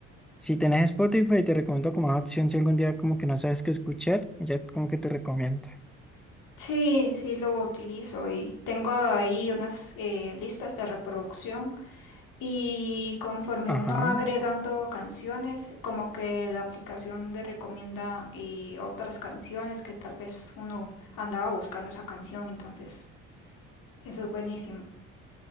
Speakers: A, in the centre; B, on the left (about 70°).
A: Si tenés Spotify, te recomiendo como una opción si algún día como que no sabes qué escuchar, ya como que te recomiendo.
B: Sí, sí lo utilizo y tengo ahí unas eh, listas de reproducción Y conforme
A: Ajá,
B: uno va agregando canciones, como que la aplicación le recomienda eh, otras canciones que tal vez uno andaba buscando esa canción, entonces eso es buenísimo.